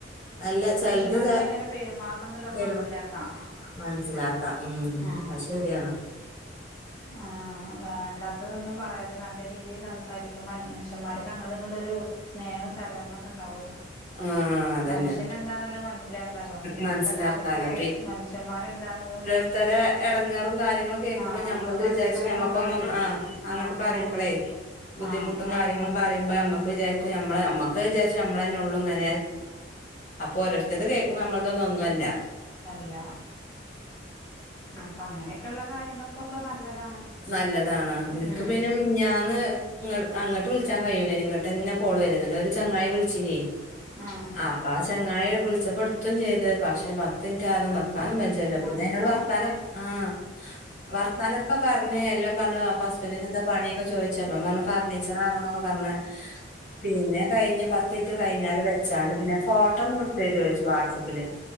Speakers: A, on the left (about 45°); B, on the left (about 15°).
A: അല്ല ചെൽത്,,
B: മനുഷ്യന്മാരോട്
A: ചെ
B: എങ്ങനെ പെരുമാറണം എന്നുള്ളത്
A: ചെ.
B: മനസ്സിലാക്കാം
A: മൻസിലാക്കാം. ഉം
B: ആഹ്
A: അത് ശരിയാണ്!
B: ആഹ് വേണ്ടാ. ത്തതൊന്നും പറയാതെ നല്ല രീതിയില് സംസാരിക്കുമ്പ <unintelligible> മനുഷ്യന്മാർക്ക് അങ്ങടും, ഇങ്ങടും ഒരു സ്നേഹവും, സഹകരണ ഉണ്ടാവോല്ലോ
A: ആഹ് അതന്നെ
B: മനുഷ്യന് എന്താന്ന്ള്ളത് മനസ്സിലാക്കാലോ? ഇന്നത്തെ
A: മനസ്സിലാക്കാലോ
B: കാലത്ത് മനുഷ്യന്മാരെ എന്താന്ന് പോലും.
A: ഇത്തര എടങ്ങേറും കാര്യങ്ങളും കേൾക്കുമ്പ
B: ആഹ്
A: ഞമ്മള്
B: അങ്ങടും പരസ്പരം
A: വിചാരിച്ച്ഞമ്മക്കൊന്നും
B: നമ്മളങ്ങട്
A: ആ. അങ്ങട്ട്
B: ആഹ്
A: പറിമ്പളേ
B: ബുദ്ധിമുട്ട്
A: ബുദ്ധിമുട്ടും
B: ആഹ്
A: കാ കാര്യങ്ങളു പറിമ്പോ ഞമ്മക്ക് വിചാരിക്കും ഞമ്മള് ഞമ്മക്ക് വിചാരിച്ചു നമ്മളെന്നെ ഒള്ളൂ ഇങ്ങനെ അപ്പൊ ഒരോര്തെത് കേൾക്കുമ്പ നമ്മളതൊന്നും ഒന്നു അല്ല
B: അല്ല അപ്പം അങ്ങനെയൊക്കെ ഇള്ള കാര്യങ്ങൾക്കൊക്കെ നല്ലതാണ്
A: നല്ലതാണ് എനിക്ക്
B: ഉം
A: പിന്നെ മിഞ്ഞാന്ന് ങ്ങ ഇങ്ങട്ട് വിളിച്ചാൻ കഴിയുലേ നി ഇങ്ങട്ടെന്നെ കോള് വരെ ഇന്നട്ട് ഒരു ചങ്ങായി വിളിച്ചീനേ
B: ആഹ്
A: അപ്പ ആഹ് ചങ്ങായി വിളിച്ചപ്പം ഇട്ത്തും ചെയ്ത്. പക്ഷെ പത്ത് മിൻറ്റാവാതെ നെക്കാനും ല്ലെല്ലോ പിന്നെ
B: അങ്ങനെ
A: ഇന്നോട് വർത്താനം ആഹ് വർത്താനൊക്കെ പറഞ്ഞ് എല്ല പറ്ഞ്ഞ് പെ <unintelligible> ന്നെ എന്താ പണ്യാെക്കെ ചോയ്ച്ച്. അപ്പം ഞാ പറ്ഞ്ഞു ഫർണിച്ചറാണ്ന്നൊക്കെ പറഞ് പിന്നെ കഴിഞ്ഞ് പത്തു മിൻറ്റ് കഴിഞ്ഞാരെ വെച്ചാണ്ട് പിന്നെ ഫോട്ടോ ഒന്ന് വിട്ടെരോയ്ച്ചു വാട്സപ്പില്